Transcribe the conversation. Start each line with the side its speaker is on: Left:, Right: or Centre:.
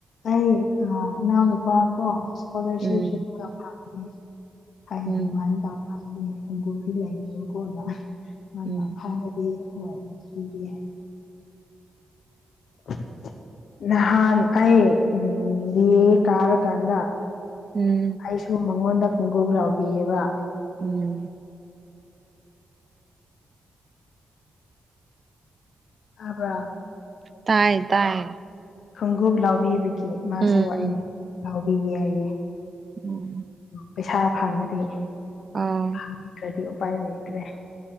Left: ꯑꯩ ꯑꯥ ꯢꯅꯥꯎꯅꯨꯄꯥꯀꯣ ꯁ꯭ꯀꯣꯂꯔꯁꯤꯞꯁꯨ
Right: ꯎꯝ
Left: ꯐꯪ ꯑꯩ
Right: ꯎꯝ
Left: ꯗꯤꯃꯥꯟ ꯇꯧꯈ꯭ꯔꯕꯅꯦ ꯈꯣꯡꯒꯨꯝꯗꯤ ꯂꯩꯕꯤꯌꯣꯀꯣꯅ ꯃꯥꯅ
Right: ꯎꯝ
Left: ꯐꯪꯔꯗꯤ ꯍꯣꯏ ꯂꯩꯕꯤꯒꯦ ꯍꯥꯏꯌꯦ <inaudible> ꯅꯍꯥꯟ ꯑꯩ ꯎꯝ ꯕꯤ ꯑꯦ ꯀꯥꯔ ꯀꯥꯟꯗ
Right: ꯎꯝ
Left: ꯑꯩꯁꯨ ꯃꯉꯣꯟꯗ ꯈꯣꯡꯎꯞ ꯂꯥꯎꯕꯤꯌꯦꯕ
Right: ꯎꯝ
Left: ꯇꯥꯕ꯭ꯔ
Right: ꯇꯥꯏ ꯇꯥꯏ
Left: ꯈꯣꯡꯎꯞ ꯂꯥꯎꯕꯤꯕꯒꯤ ꯃꯥꯁꯨ
Right: ꯎꯝ
Left: ꯑꯩ ꯂꯥꯎꯕꯤꯒꯦ ꯍꯥꯏꯌꯦ
Right: ꯎꯝ
Left: ꯄꯩꯁꯥ ꯐꯪꯉꯗꯤ
Right: ꯑꯥ
Left: ꯐꯪꯗ꯭ꯔꯗꯤ ꯎꯄꯥꯏ ꯂꯩꯇ꯭ꯔꯦ